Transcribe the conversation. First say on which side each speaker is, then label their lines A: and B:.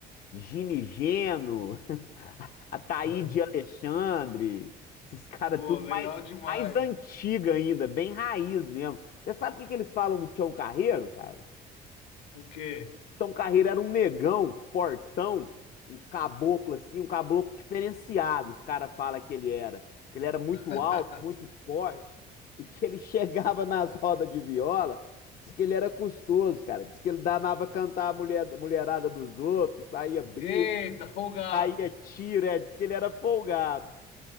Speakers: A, on the left; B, on the left.
A: Ginigeno, <laughs> Ataíde
B: <laughs>
A: Alexandre, esses caras
B: Pô,
A: tudo
B: legal
A: mais,
B: demais.
A: mais antiga ainda, bem raiz mesmo. Você sabe o que que eles falam do Tião Carreiro, cara?
B: O quê?
A: Então, Carreiro era um negão, fortão, um caboclo assim, um caboclo diferenciado. Os caras falam que ele era, que ele era muito
B: <laughs>
A: alto, muito forte <laughs> e que ele chegava nas rodas de viola. Diz que ele era custoso, cara. Diz que ele danava cantar a mulher, mulherada dos outros, saía briga,
B: Eita, folgado.
A: saía tiro, é. Diz que ele era folgado.